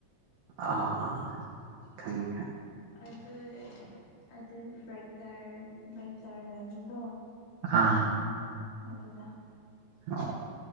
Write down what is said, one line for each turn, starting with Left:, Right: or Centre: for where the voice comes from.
Right: ꯑ ꯑꯥ ꯑꯥ ꯈꯪ
Left: ꯑꯗꯨ ꯑꯗꯨ ꯕ꯭ꯔꯦꯛ ꯇꯔ ꯕ꯭ꯔꯦꯛ ꯇꯔ ꯂꯩꯕꯗꯣ
Right: ꯑꯥ
Left: ꯑꯗꯨꯗ
Right: ꯑꯣ